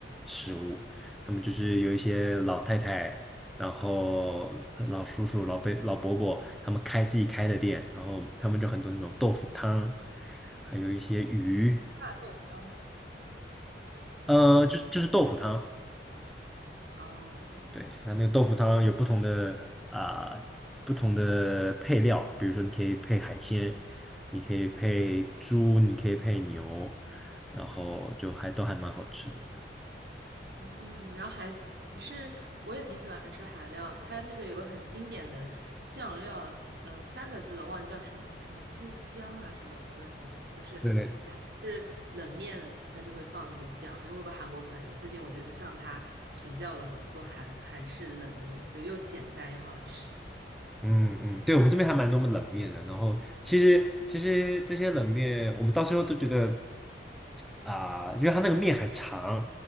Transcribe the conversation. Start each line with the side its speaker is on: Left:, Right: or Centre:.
Centre: 食物。他们就是有一些老太太，然后呃老叔叔、老伯、老伯伯，他们开自己开的店，然后他们就很多那种豆腐汤，还有一些鱼，
Right: 大豆汤
Centre: 呃，
Right: 是吗？
Centre: 就是就是豆腐汤。
Right: 哦，
Centre: 对，那那个豆腐汤有不同的啊、不同的配料，比如说你可以配海鲜，你可以配猪，你可以配牛，然后就还都还蛮好吃的这样。
Right: 嗯，然后韩是我也挺喜欢吃韩料的，它那个有个很经典的酱料，呃，三个字的忘记叫什么了，什么苏姜啊，什么乱七八糟，就是还是冷面它就会放那个酱。
Centre: 对，
Right: 因为我有个韩国朋友，最近我就向他请教了怎么做韩韩式冷面，就又简单又好吃。
Centre: 嗯嗯，对我们这边还蛮多冷面的，然后其实其实这些冷面，我们到最后都觉得。啊，因为它那个面很长，